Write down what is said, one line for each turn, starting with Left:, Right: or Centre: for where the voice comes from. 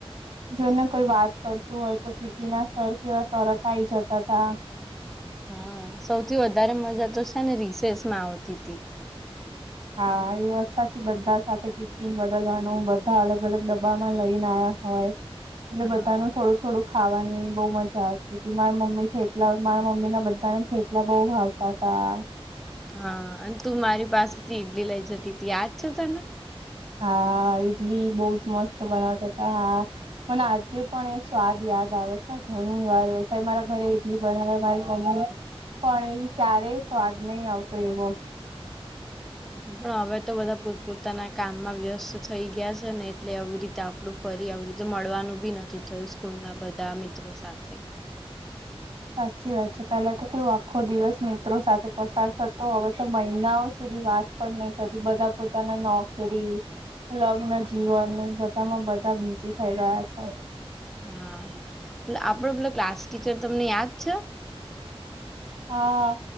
Right: જોને કોઈ વાત કરતું હોય તો પીટી ના સર કેવા તરત આવીઈ જતા હતા.
Centre: હા સૌથી વધારે મજા તો છે ને રિસેસ માં આવતી હતી
Right: હા એ વાત સાચી બધા સાથે ટીફિન બદલવાનું બધા અલગ અલગ ડબ્બામાં લઈને આયા હોય એટલે
Centre: હા
Right: બધાનું થોડું થોડું ખાવાની બઉુ મજા આવતી હતી મારા મમ્મી થેપલા મારા મમી ના બધાનેે બઉ ભાવતા તા
Centre: હા અને તું મારી પાસેથી ઇડલી લઈ જતી તી યાદ છે તને?
Right: હા ઇડલી બહ જ મસ્ત બનાવતા હતા હા મને આજે પણ એ સ્વાદ યાદ આવે છે ને ઘણી વાર એવું થાય મારા ઘરે ઈડલી બનાવે મારી મમ્મી પણ એવી ક્યારેય સ્વાદ નહીં આવતો એવો.
Centre: પણ હવે તો બધા પોત પોતાના કામમાં વ્યસ્ત થઇ ગયા છે ને એટલે આવી રીતે આપડું ફરી આવી રીતે મળવાનું બી નથી થયું સ્કૂલ ના બધા મિત્રો સાથે.
Right: સાચી વાત છે પેલા તો કેવું આખો દિવસ મિત્રો સાથે પસાર થતો હવે તો મહિનાઓ સુધી વાત પણ નહી થતી બધા પોતાના નોકરી લગ્ન જીવ અને બધામાં બધા બીઝી થઈ ગયા છે.
Centre: હા આપડો પેલો ક્લાસ ટીચર તમને યાદ છે?
Right: હા